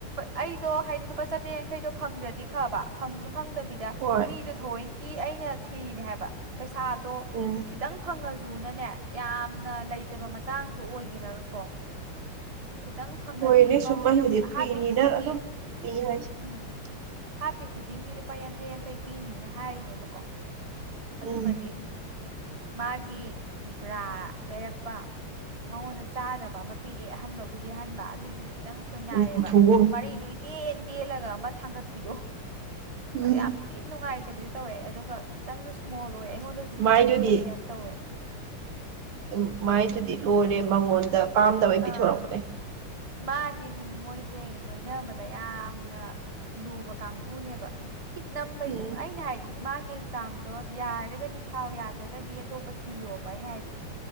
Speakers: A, on the right; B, on the right.
A: ꯑꯩꯗꯣ ꯍꯥꯏꯗꯤ ꯂꯨꯄꯥ ꯆꯥꯇ ꯌꯥꯡ ꯐꯪꯈ꯭ꯔꯗꯤ ꯐꯕ ꯐꯪꯁꯨ ꯐꯪꯗꯕꯤꯗ
B: ꯍꯣꯏ
A: ꯃꯤꯗꯨ ꯊꯑꯣꯏꯅꯀꯤ ꯑꯩꯅ ꯊꯤꯔꯤꯅꯦ ꯍꯥꯏꯕ ꯄꯩꯁꯥꯗꯣ
B: ꯎꯝ
A: ꯈꯤꯇꯪ ꯐꯪꯉꯁꯨꯅꯅꯦ ꯌꯥꯝꯅ ꯂꯩꯇꯕ ꯃꯇꯥꯡꯁꯨ ꯑꯣꯏꯒꯔꯒꯀꯣ ꯈꯤꯇꯪ ꯐꯪꯉꯗꯤ
B: ꯍꯣꯏꯅꯦ
A: ꯂꯨꯄꯥ
B: ꯁꯨꯝꯕꯁꯤꯗꯤ
A: ꯃꯤ ꯑꯃ ꯍꯥꯞꯄꯤ
B: ꯐ꯭ꯔꯤꯅꯤꯅ
A: ꯈꯨꯗꯤꯡꯒꯤ
B: ꯑꯗꯨꯝ ꯃꯤ ꯍꯥꯏꯁꯦ
A: ꯎꯝ ꯍꯥꯞꯄꯤ ꯈꯨꯗꯤꯡꯒꯤ ꯂꯨꯄꯥ ꯌꯥꯡꯈꯩ ꯌꯥꯡꯈꯩ ꯄꯤꯅꯤꯅ ꯍꯥꯏꯔꯤꯅꯦꯕꯀꯣ ꯑꯗꯨꯒꯗꯤ
B: ꯎꯝ
A: ꯃꯥꯒꯤ ꯕ꯭ꯔꯥ ꯂꯩꯔꯛꯄ ꯃꯉꯣꯟꯗ ꯆꯥꯗꯕ ꯑꯃ ꯄꯤꯔꯛꯑꯦ ꯑꯍꯟꯕꯕꯨꯗꯤ ꯑꯍꯟꯕ ꯑꯗꯨꯁꯨ ꯈꯤꯇꯪ ꯁꯣꯏꯅꯥꯏꯌꯦꯕ
B: ꯎꯝ ꯎꯊꯨꯒꯨꯝ
A: ꯃꯔꯤꯗꯨ ꯇꯦꯟ ꯇꯦꯜꯂꯒ ꯑꯃ ꯊꯥꯡꯒꯠꯄꯤꯗꯣ
B: ꯎꯝ
A: ꯌꯥꯝ ꯊꯤ ꯅꯨꯡꯉꯥꯏꯇꯕꯤꯁꯨ ꯇꯧꯋꯦ ꯑꯗꯨꯒ ꯈꯤꯇꯪꯁꯨ ꯁ꯭ꯃꯣꯜ ꯑꯣꯏ ꯑꯩꯉꯣꯟꯗꯁꯨ
B: ꯃꯥꯏꯗꯨꯗꯤ
A: ꯑꯗꯨꯝ ꯄꯤꯛꯄꯩ ꯇꯥꯏꯞ ꯇꯧꯋꯦ
B: ꯎꯝ ꯃꯥꯏꯗꯨꯗꯤ ꯂꯣꯏꯔꯦ ꯃꯉꯣꯟꯗ ꯄꯥꯝꯗꯕꯩ ꯄꯤꯊꯣꯔꯛꯄꯅꯦ
A: ꯑꯥ ꯃꯥꯅꯦ ꯃꯤ ꯃꯣꯏꯁꯦ ꯂꯣꯏꯅꯕꯗ ꯌꯥꯝꯅ ꯂꯨꯕ ꯀꯥꯡꯕꯨꯅꯦꯕ ꯀꯤꯠ ꯅꯝꯕꯩꯗꯣ
B: ꯎꯝ
A: ꯑꯩꯅ ꯍꯥꯏ ꯍꯥꯏꯗꯤ ꯃꯥꯒꯤ ꯑꯦꯛꯖꯥꯝꯗꯣ ꯌꯥꯔꯒꯗꯤ ꯊꯥꯎ ꯌꯥꯗ꯭ꯔꯒꯗꯤ ꯑꯇꯣꯞꯄ ꯊꯤꯌꯣꯕ ꯑꯩꯅ ꯍꯥꯏꯗꯤ